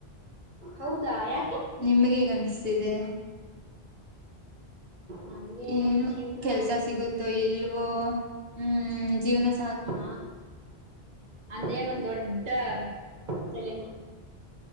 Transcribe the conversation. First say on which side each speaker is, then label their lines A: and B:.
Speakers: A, on the right (about 50°); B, on the right (about 65°).
A: ಹೌದಾ ಯಾಕೆ
B: ನಿಮಗೆ ಹೇಗನಸ್ತಿದೆ
A: ನಮ್ಗೆ
B: ಏನು
A: ನನ್ ಜೀವನ
B: ಕೆಲ್ಸ ಸಿಗುತ್ತೋ ಇಲ್ವೋ ಹ್ಮ್ ಜೀವನ ಸಾಕ್
A: ಹಾ ಅದೇ ಒಂದ್ ದೊಡ್ಡ ತಲೆನೋವು